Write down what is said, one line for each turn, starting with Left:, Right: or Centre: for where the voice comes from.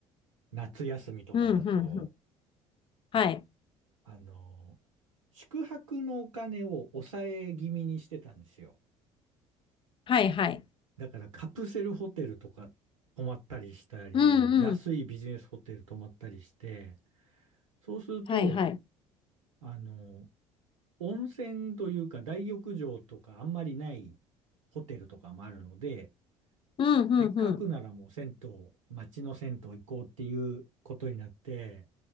Right: 夏休みとかだと、
Left: うん、うん、うん。はい、
Right: あの、宿泊のお金を抑え気味にしてたんですよ。
Left: はい、はい。
Right: だからカプセルホテルとか泊まったりしたり、
Left: うん、
Right: 安いビジネスホテル泊まったりして、
Left: うん。
Right: そうすると、
Left: はい、はい。
Right: あの、温泉というか大浴場とかあんまりないホテルとかもあるので、
Left: うん、うん、
Right: せっかくならもう銭湯、
Left: うん。
Right: 街の銭湯行こうっていうことになって、